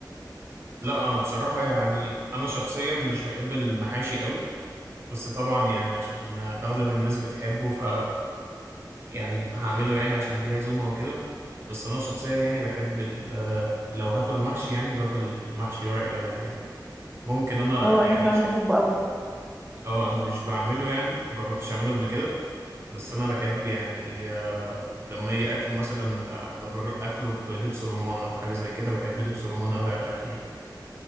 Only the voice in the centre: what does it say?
اه
انا كمان
بحبه قوي